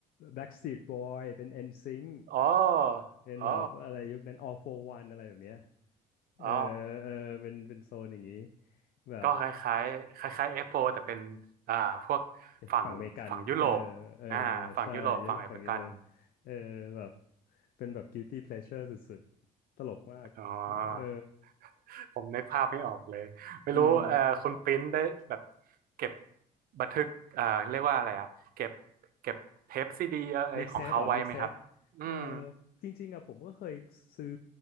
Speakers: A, on the left; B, on the right.
A: Backstreet Boy เป็น NSYNC
B: อ๋อ
A: เป็นแบบอะไรยุคนั้น
B: อ๋อ
A: all for one อะไรแบบเนี้ยเออ
B: อ๋อ
A: เออเป็นเป็นโซนอย่างนี้แบบ
B: ก็คล้ายๆคล้ายๆ F4 แต่เป็นอ่าพวก
A: เป็นฝั่งอเมริกันเออ
B: ฝั่งฝั่งยุโรป
A: เออ
B: อ่าฝั่งยุโรปฝั่งอเมริกัน
A: ใช่ยุโรปฝั่งยุโรปเออแบบเป็นแบบ guilty pleasure สุดๆ ตลกมาก
B: อ๋อ
A: เออ
B: ผมนึกภาพไม่ออกเลยไม่รู้เอ่อคุณปริ้นได้แบบ
A: อืม
B: เก็บบันทึกเอ่อเรียกว่าอะไรอ่ะเก็บเก็บเทปซีดีอะไรของเขาไว้ไหมครับอืม
A: mixtape อ่ะ mixtape เออจริงๆอะผมก็เคยซื้อ